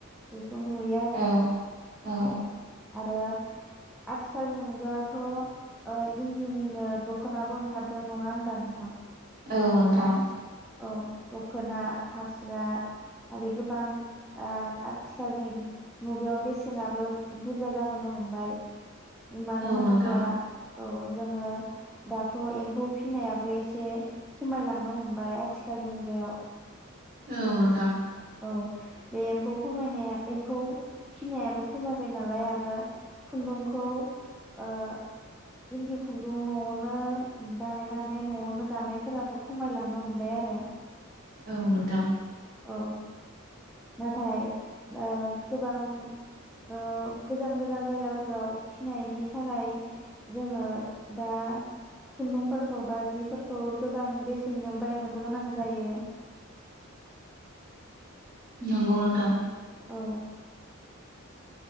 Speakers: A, in the centre; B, on the right (about 45°).
A: बेखौ नुयो आरो।
B: औ औ
A: आरो आथिखालनि मुगायावथ' ओ इन्दिनिनो दखनाबो ओंखारदों नङा होनबा नोंथां‌।
B: नंगौ नोंथां।
A: औ दख'ना, फास्रा आरो गोबां ओ आथिखालनि मुगायाव बेसेनाबो बुरजा जाबोनो हमबाय। मानो
B: औ
A: होनोब्ला
B: नोंथां
A: औ जोङो दाथ' एम्फौ फिनायाबो एसे खमायलांनो हमबाय आथिखालनि मुगायाव।
B: औ नोंथां।
A: औ बे एम्फौ खमायनाया एम्फौ फिनायाबो खमायबाय नालाय आरो खुन्दुंखौ ओ इन्दि खुन्दुं न'आवनो बानायनानै न'आवनो दानायफोराबो खमायलांनो हमबाय आरो।
B: औ नोंथां।
A: औ नाथाय दा गोबां ओ गोजान गोजान जायगाफोराव फिनायनि थाखाय जोङो दा खुन्दुंफोरखौ बा जिफोरखौ गोबां बेसेनजों बायनोबो गोनां जायो।
B: नंगौ नोंथां।
A: औ।